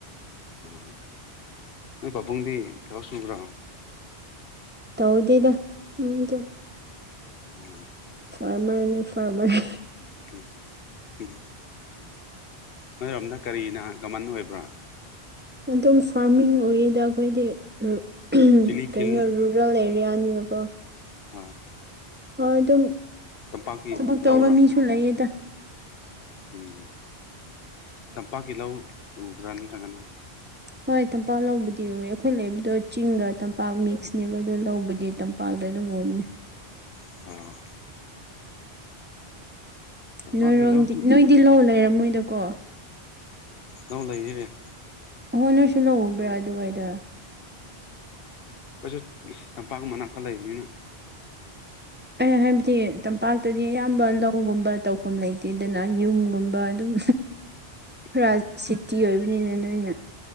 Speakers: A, on the left; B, on the right.
A: ꯎꯝ ꯅꯣꯏ ꯄꯥꯕꯨꯡꯗꯤ ꯊꯕꯛ ꯁꯨꯕꯔ꯫
B: ꯇꯧꯗꯦꯗ ꯎꯝ ꯗꯨꯝ
A: ꯎꯝ
B: ꯐꯥꯔꯃꯔꯅꯦ ꯐꯥꯔꯃꯔ
A: ꯎꯝ ꯎꯝ ꯅꯣꯢꯔꯣꯝꯗ ꯀꯔꯤꯅ ꯀꯃꯟ ꯑꯣꯏꯕ꯭ꯔꯥ꯫
B: ꯑꯗꯨꯝ ꯐꯥꯔꯃꯤꯡ ꯑꯣꯏꯌꯦꯗ ꯑꯩꯈꯣꯏꯗꯤ ꯔꯨ ꯑꯍꯝ
A: ꯆꯤꯂꯤ ꯐꯤꯜ
B: ꯀꯩꯅꯣ ꯔꯨ ꯔꯣꯜ ꯑꯦꯔꯤꯌꯥꯅꯤꯅꯀꯣ
A: ꯍꯥꯢ
B: ꯍꯣꯏ ꯗꯨꯝ
A: ꯇꯝꯄꯥꯛꯀꯤ
B: ꯊꯕꯥꯛ ꯇꯧꯕ
A: ꯂꯧꯔꯣ
B: ꯃꯤꯁꯨ ꯂꯩꯌꯦꯗ꯫
A: ꯎꯝ ꯇꯝꯄꯥꯛꯀꯤ ꯂꯧ ꯎꯕ꯭ꯔꯥ ꯅꯠꯇ꯭ꯔꯒꯅ
B: ꯍꯣꯏ ꯇꯝꯄꯥꯛ ꯂꯧꯕꯨꯗꯤ ꯎꯏꯋꯦ ꯑꯩꯈꯣꯏ ꯂꯩꯕꯗꯣ ꯆꯤꯡꯒ ꯇꯝꯄꯥꯛ ꯃꯤꯛꯁꯅꯦꯕ ꯑꯗꯣ ꯂꯧꯕꯨꯗꯤ ꯇꯝ ꯄꯥꯛꯇ ꯑꯗꯨꯝ ꯎꯕꯅꯤ
A: <unintelligible> ꯇꯝꯄꯥꯛꯀꯤ
B: ꯅꯣꯏꯔꯣꯝꯗꯤ
A: ꯂꯧꯗꯤ
B: ꯅꯣꯏꯗꯤ ꯂꯧ ꯂꯩꯔꯝꯃꯣꯏꯗꯀꯣ꯫
A: ꯂꯧ ꯂꯩꯌꯦ
B: ꯑꯣꯍꯣ ꯅꯣꯢꯁꯨ ꯂꯧ ꯎꯕ꯭ꯔꯥ ꯑꯗꯨꯋꯥꯏꯗꯥ꯫
A: ꯑꯩꯈꫭꯏꯁꯨ ꯇꯝꯄꯥꯛ ꯃꯅꯥꯛꯇꯥ ꯂꯩꯕꯅꯤꯅ
B: ꯑꯩꯅ ꯍꯥꯏꯕꯗꯤ ꯇꯝꯄꯥꯛꯇꯗꯤ ꯑꯌꯥꯝꯕ ꯂꯧꯒꯨꯝꯕ ꯇꯧꯐꯝ ꯂꯩꯇꯦꯗꯅ ꯌꯨꯝꯒꯨꯝꯕ ꯑꯗꯨꯝ
A: <unintelligible>
B: ꯈꯔꯥ ꯁꯤꯇꯤ ꯑꯣꯏꯕꯅꯤꯅ ꯅꯣꯏꯅ